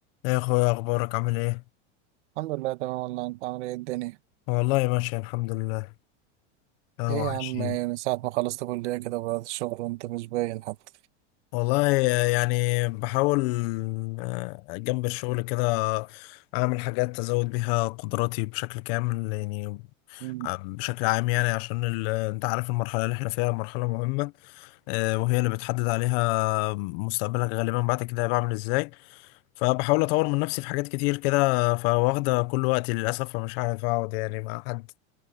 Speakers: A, on the left; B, on the right.
A: ايه يا اخويا اخبارك عامل ايه
B: الحمد لله تمام والله انت عامل ايه الدنيا
A: والله ماشي الحمد لله اهو
B: ايه
A: عايشين
B: يا عم من ساعة ما خلصت كلية كده بدأت الشغل وانت مش باين حتى
A: والله يعني بحاول آه، جنب الشغل كده اعمل حاجات ازود بيها قدراتي بشكل كامل يعني
B: مم.
A: آه، بشكل عام يعني عشان ال... انت عارف المرحلة اللي احنا فيها مرحلة مهمة آه، وهي اللي بتحدد عليها مستقبلك غالبا بعد كده هبقى عامل ازاي فبحاول اطور من نفسي في حاجات كتير كده فواخدة كل وقتي للاسف فمش عارف اقعد يعني مع حد